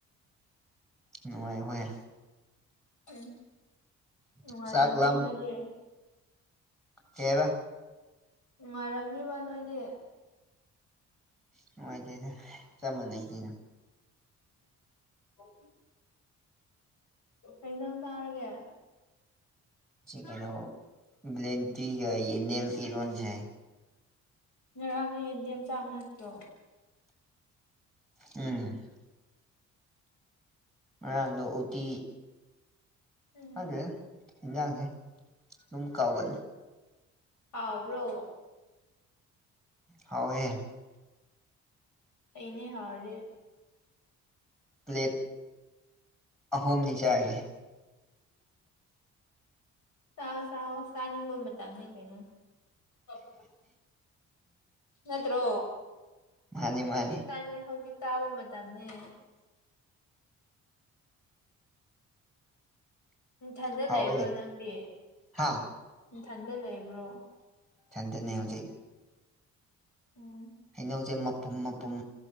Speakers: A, in the centre; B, on the left.
A: ꯅꯨꯡꯉꯥꯏꯈ
B: ꯎꯝ ꯎ ꯃꯔꯔꯃꯤꯅꯗꯦ
A: ꯆꯥꯛ ꯂꯥꯝ ꯀꯔ
B: ꯉꯥꯏꯔꯝꯅꯤꯕ ꯅꯣꯏꯗꯤ
A: ꯅꯨꯡꯉꯥꯏꯇꯦꯗ ꯆꯞ ꯃꯥꯟꯅꯩ ꯀꯩꯅꯣ
B: ꯎꯝ ꯑꯩꯖꯪ ꯆꯥꯔꯒꯦ
A: ꯀꯩꯅꯣ ꯭ꯂꯦꯟ ꯇꯤꯒ ꯌꯦ ꯅꯅꯤꯦꯝ ꯏꯔꯣꯟꯁ ꯍꯥꯏ
B: ꯉꯔꯥꯡꯗ ꯌꯦꯟꯗꯦꯝ ꯆꯥꯕ ꯅꯠꯇ꯭ꯔꯣ
A: ꯎꯝ ꯑ ꯎꯇꯤ
B: ꯎꯝ
A: ꯑꯗꯨꯦ ꯏꯖꯒꯦ ꯝ ꯀꯥꯎꯒ
B: ꯍꯥꯎꯕ꯭ꯔꯣ
A: ꯍꯥꯎꯋꯦ
B: ꯑꯅꯦ ꯍꯧꯥꯎꯦ
A: ꯄ꯭ꯂꯦꯠ ꯑꯍꯨꯝꯅꯤ ꯆꯥꯒꯦ
B: ꯆꯥꯎ ꯆꯥꯎ ꯆꯥꯅꯤꯡꯕ ꯃꯇꯝꯅꯤ ꯀꯩꯅꯣ ꯑꯣ ꯅꯠꯇ꯭ꯔꯣ
A: ꯃꯥꯅꯤ ꯃꯥꯅꯤ
B: ꯍꯧꯖꯤꯛꯀꯥꯟ ꯍꯧꯖꯤꯛ ꯇꯥꯕ ꯃꯇꯝꯅꯦ ꯏꯊꯟꯗ
A: ꯍꯥꯎꯋꯦ
B: ꯂꯩꯕ꯭ꯔꯣ ꯅꯪꯗꯤ
A: ꯍꯥ
B: ꯏꯊꯟꯗ ꯂꯩꯕ꯭ꯔꯣ
A: ꯆꯥꯟꯗꯅꯤ ꯍꯧꯖꯤ
B: ꯎꯝ
A: ꯍꯩꯅꯧꯁꯦ ꯃꯄꯨꯝ ꯃꯄꯨꯝ